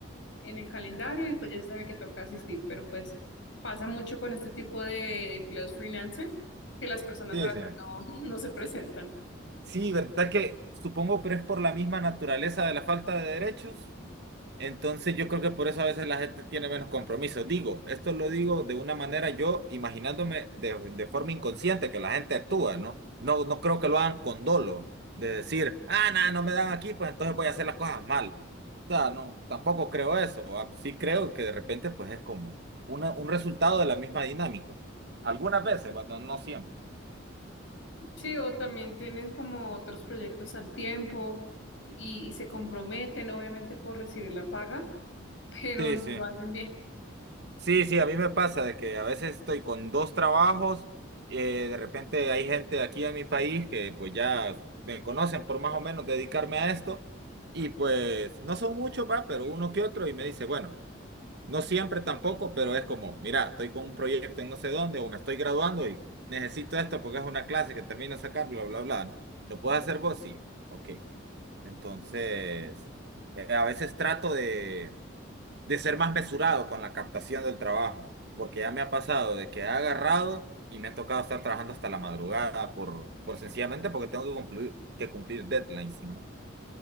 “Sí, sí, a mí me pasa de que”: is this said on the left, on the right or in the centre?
Right